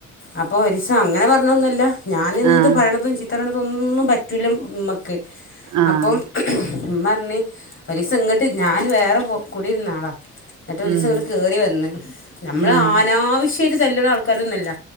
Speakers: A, on the left; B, on the right.
A: അപ്പൊ ഒരുരിസം അങ്ങനെ പറഞ്ഞൊന്നല്ല ഞാൻ എന്ത്
B: ആഹ്
A: പറയണതും ചിത്ര- അതൊന്നും പറ്റില്ല നമുക്ക്
B: ആഹ്
A: അപ്പം ഉമ്മ പറഞ്ഞ് ഒരുലസ ഇങ്ങോട്ട് ഞാൻ വേറെ പോ കൂടിയിരുന്നാളാ എന്നിട്ട് ഒരു
B: ഉം
A: ദിവസം ഇങ്ങട്ട് കേറി വന്ന് നമ്മള്
B: ഉം
A: അനാവശ്യമായിട്ട് തല്ലണ ആൾക്കാരൊന്നുംല്ല